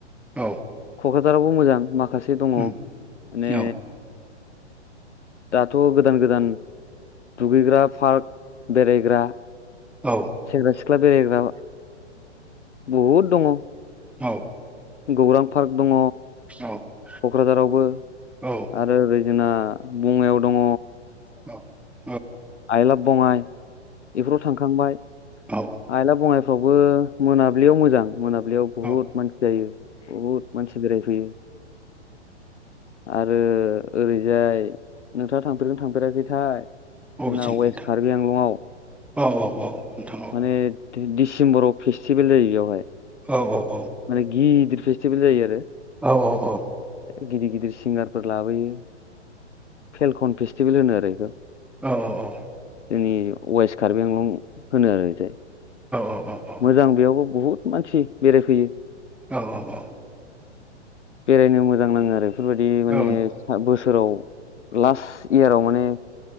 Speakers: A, in the centre; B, on the left (about 80°).
A: औ
B: क'क्राझार रावबो मोजां माख माखासे दङ माने
A: उम औ
B: दाथ' गोदान गोदान। दुगैग्रा पार्क बेरायग्रा
A: औ
B: सेंग्रा -सिख्ला बेरायग्रा बहुद दङ।
A: औ।
B: गौरां पार्क दङ।
A: औ
B: क'क्राझारावबो
A: औ
B: आरो ओरै जोंना बङाइआव दङ।
A: औ। <inaudible>
B: आइ‌ लाभ बङाइ। बेफोराव थांखांबाय
A: औ
B: आइ लाभ बङाइ फ्रावबो मोनाबिलियाव मोजां। मोनाबिलियाव बहुत
A: औ
B: मानसि जायो बहुद मानसि बेरायफैयो। आरो ओरैजाय नोंथाङा थांफेरदोंना थांफेराखैथाय।
A: अबेथिं
B: जोंना
A: नोंथां
B: वेस्ट कार्बि आंलंआव
A: औ औ औ नोंथां औ
B: माने दिसेम्बराव फेस्टिभेल जायो बेवहाय।
A: औ औ।
B: माने गिदिर फेस्टिभेल जायो आरो।
A: औ औ औ।
B: गिदिर गिदिर सिंगारफोर लाबोयो। फेलखन पेस टिभेल होनो आरो इखो।
A: औ औ औ।
B: जोंनि वेस्ट कार्बिआंलं होनो आरो ओयखौ।
A: औ औ औ
B: मोजां बेयावबो बहुद। मानसि बेरायफैयो।
A: औ औ औ
B: बेरायनो मो मोजां नाङो आरो। बेफोरबायदि माने
A: औ
B: <unintelligible> बोसोराव लास्ट इयाराव माने